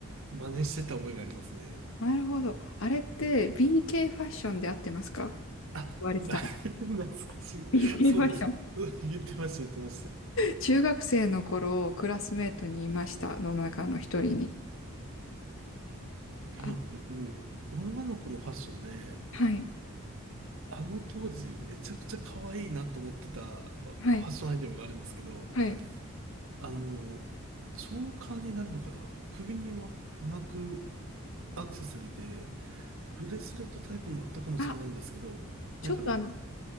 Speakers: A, on the right; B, on the left.
A: 真似してた覚えがありますね。
B: なるほど。あれって BK ファッションで合ってますか
A: あ、
B: 言われてた。
A: な、<laughs> 懐かしい。
B: BK
A: そうです。
B: ファッション。
A: <laughs> うん言ってました、言ってました。
B: 中学生の頃、クラスメートにいました、の中の一人に。
A: でもあの、
B: あ、
A: 僕、女の子のファッションで、
B: はい、
A: あの当時めちゃくちゃ可愛いなと思ってたファッションアイテムがあるんですけど、
B: はい、はい。
A: あの、チョーカーになるのかな首にま、巻くアクセサリーで、ブレスレットタイプもあったかもしれないんですけど、
B: あ、ちょっとあの、
A: なんかあの、